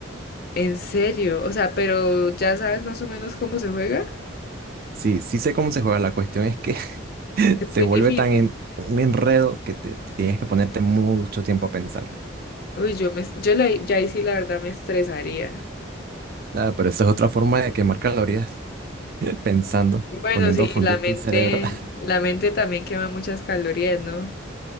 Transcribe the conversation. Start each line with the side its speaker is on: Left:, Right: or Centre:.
Left: En serio, o sea, pero ya sabes más o menos cómo se juega.
Right: Sí, sí sé cómo se juega. La cuestión es que <laughs>
Left: Es
Right: se
Left: muy
Right: vuelve
Left: difícil.
Right: tan en- un enredo que te tienes que ponerte mucho tiempo a pensar.
Left: Uy, yo me, yo la, ya ahí sí la verdad me estresaría.
Right: Ah, pero esa es otra forma de quemar calorías, <laughs> pensando,
Left: Bueno,
Right: poniendo
Left: sí,
Right: a fundirte
Left: la mente,
Right: el cerebro.
Left: la mente también quema muchas calorías, ¿no?